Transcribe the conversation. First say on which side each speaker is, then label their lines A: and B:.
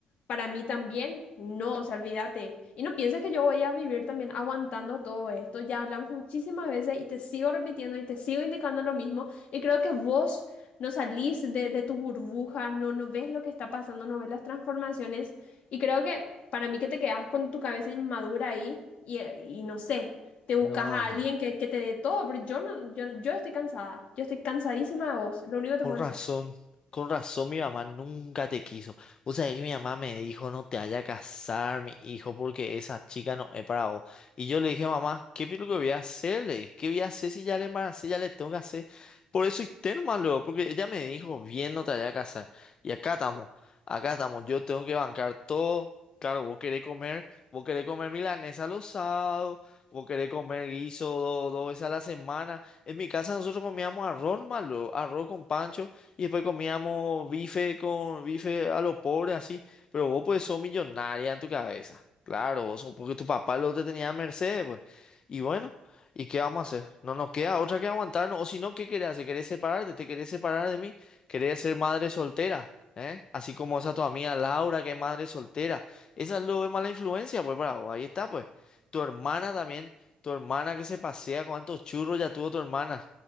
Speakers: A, on the left (about 60°); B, on the left (about 35°).
A: para mí también, no, o sea, olvídate. Y no pienses que yo voy a vivir también aguantando todo esto. Ya hablamos muchísimas veces y te sigo repitiendo y te sigo indicando lo mismo. Y creo que vos no salís de, de tu burbuja, no, no ves lo que está pasando, no ves las transformaciones. Y creo que para mí que te quedas con tu cabeza inmadura ahí y, y no sé, te buscas
B: No,
A: a
B: no.
A: alguien que, que te dé todo, pero yo no, yo, yo estoy cansada, yo estoy cansadísima de vos, lo único que te
B: Con
A: puedo
B: razón,
A: decir.
B: con razón mi mamá nunca te quiso. O sea, que mi mamá me dijo, no te vayas a casar, mi hijo, porque esa chica no es para vos. Y yo le dije, mamá, ¿qué es lo que voy a hacerle? ¿Qué voy a hacer si ya le embaracé, ya le tengo que hacer? Por eso hice nomás luego, porque ella me dijo, bien, no te vayas a casar. Y acá estamos, acá estamos, yo tengo que bancar todo. Claro, vos querés comer, vos querés comer milanesa los sábados, vos querés comer guiso do- dos veces a la semana. En mi casa nosotros comíamos arroz malo, arroz con pancho, y después comíamos bife con bife a lo pobre, así. Pero vos pues sos millonaria en tu cabeza. Claro, vos sos- porque tu papá lo te tenía a merced, pues. Y bueno, ¿y qué vamos a hacer? No nos queda otra que aguantarnos. O si no, ¿qué querés hacer? ¿Querés separarte? ¿Te querés separar de mí? ¿Querés ser madre soltera? ¿Eh? Así como esa tu amiga Laura, que es madre soltera. Esa es lo de mala influencia, pues, bravo. Ahí está, pues. Tu hermana también. Tu hermana que se pasea, cuántos churros ya tuvo tu hermana.